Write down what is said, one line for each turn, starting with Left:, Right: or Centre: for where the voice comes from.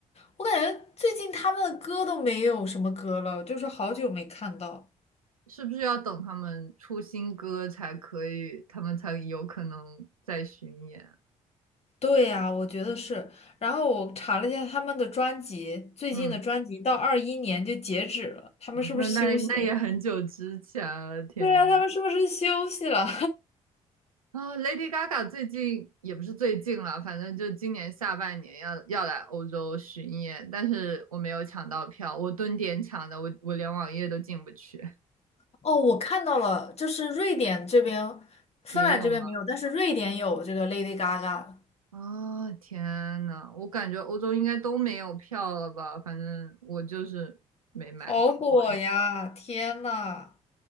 Left: 我感觉最近他们的歌都没有什么歌了，就是好久没看到。
Right: 是不是要等他们出新歌才可以，他们才有可能再巡演？
Left: 对呀，我觉得是。然后我查了一下他们的专辑，最近的专辑到二一年就截止了，
Right: 嗯，
Left: 他们是不是休息了？
Right: 那那那也很久之前了，天。
Left: 对呀，他们是不是休息了？
Right: 啊，Lady Gaga 最近也不是最近了，反正就今年下半年要要来欧洲巡演，但是我没有抢到票，我蹲点抢的，我我连网页都进不去。
Left: <laughs> 哦，我看到了，就是瑞典这边，芬兰这边没有，
Right: 也有吗？
Left: 但是瑞典有这个 Lady Gaga，
Right: 啊，天呐，我感觉欧洲应该都没有票了吧？反正我就是没买到，
Left: 好火呀！
Right: 完
Left: 天呐，